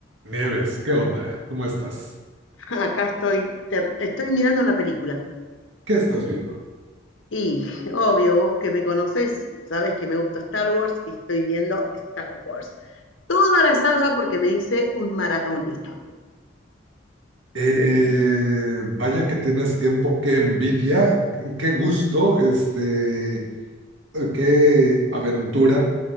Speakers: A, on the right (about 75°); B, on the left (about 85°).
A: Nieves, ¿qué onda? ¿Cómo estás?
B: <laughs> Acá estoy, ter- estoy mirando una película.
A: ¿Qué estás viendo?
B: Y obvio, vos que me conocés, sabés que me gusta Star Wars y estoy viendo Star Wars. Toda la saga porque me hice un maratón de Star Wars.
A: Eh, vaya que tienes tiempo, qué envidia, qué gusto, este, qué aventura.